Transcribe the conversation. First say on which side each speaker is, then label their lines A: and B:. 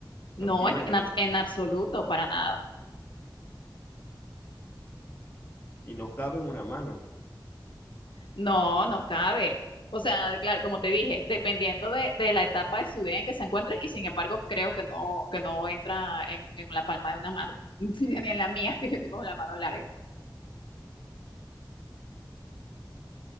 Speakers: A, on the left (about 25°); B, on the left (about 80°).
A: no
B: No,
A: tiene
B: es que
A: verde
B: en, abs- en absoluto, para nada.
A: y no cabe en una mano.
B: No, no cabe. O sea, claro, como te dije, dependiendo de, de la etapa de su vida en que se encuentre, y sin embargo, creo que no, que no entra en, en la palma de una mano, <laughs> ni en la mía, que yo tengo la mano larga.